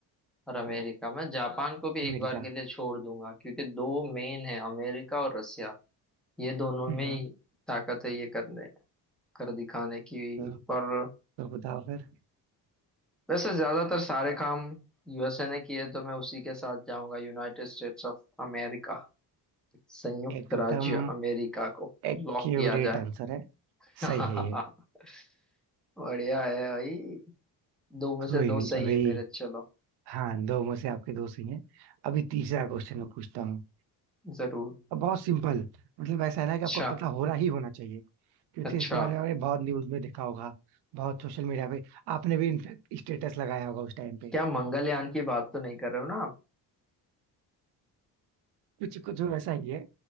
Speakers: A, in the centre; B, on the right.
A: और अमेरिका मैं जापान को भी
B: अमेरिका
A: एक बार के लिए छोड़ दूंगा क्योंकि दो मेन है अमेरिका और रसिया ये दोनों
B: हम्म
A: में ही ताकत है ये करने कर दिखाने की
B: तो,
A: पर
B: तो बताओ फिर
A: वैसे ज्यादातर सारे काम यूएसए ने किए तो मैं उसी के साथ जाऊंगा यूनाइटेड स्टेट्स ऑफ अमेरिका संयुक्त
B: एकदम
A: राज्य अमेरिका को
B: एक्यूरेट
A: लॉक किया जाए
B: आंसर है
A: <laughs>
B: सही है ये
A: बढ़िया है भाई दो में से
B: कोई
A: दो
B: नहीं
A: सही
B: अभी
A: है मेरे चलो
B: हाँ दो में से आपके दो सही हैं अभी तीसरा क्वेश्चन मैं पूछता हूँ
A: जरूर
B: अब बहुत सिंपल मतलब ऐसा है ना कि
A: अच्छा
B: आपको पता हो रहा ही होना चाहिए क्योंकि
A: अच्छा
B: इसके बारे में आपने बहुत न्यूज में देखा होगा बहुत सोशल मीडिया पे आपने भी इनफैक्ट स्टेटस लगाया होगा उस टाइम पे
A: क्या मंगलयान की बात तो नहीं कर रहे हो ना
B: कुछ कुछ ऐसा ही है